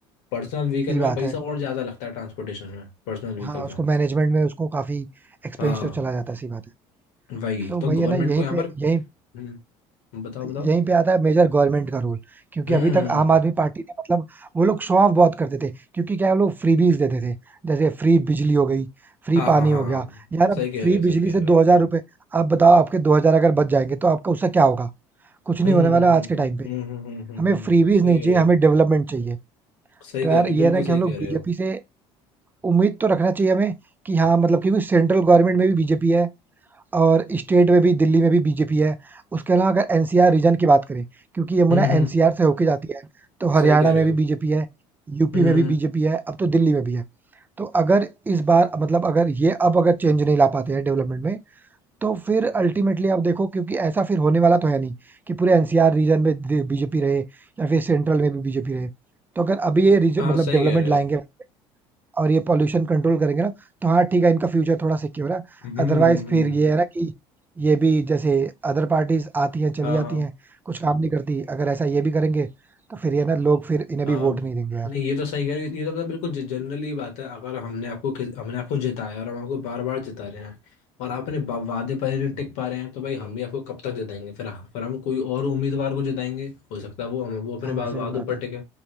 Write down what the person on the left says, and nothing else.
पर्सनल व्हीकल
में पैसा
और ज़्यादा लगता है ट्रांसपोर्टेशन में पर्सनल व्हीकल
में
हाँ
वही
तो
गवर्नमेंट
को यहाँ
पर
हम्म, बताओ
बताओ
हम्म
हम्म,
हाँ
हाँ हाँ
सही कह
रहे हो सही
कह
रहे
हो
हम्म
हम्म
हम्म
हम्म
हम्म हम्म हम्म, हम्म,
हम्म,
हम्म, सही
कह रहे
हो
सही
कह
रहे
हो बिल्कुल
सही
कह
रहे हो
हम्म हम्म
सही कह रहे
हो
हम्म
हम्म
हाँ
सही
कह रहे
हो
हम्म हम्म
हम्म,
हाँ
हाँ
हाँ
नहीं ये तो सही कह रहे हो, ये तो मतलब बिल्कुल जनरली बात है अगर हमने आपको किस- हमने आपको जिताया और हम आपको बार बार जिता रहे हैं और आप अपने वा- वादे पर नहीं टिक पा रहे हैं तो भाई हम भी आपको कब तक जिताएंगे फिर हम- फिर हम कोई और उम्मीदवार को जिताएंगे हो सकता है वो हम वो अपने
वा-
वादों
पर
टिके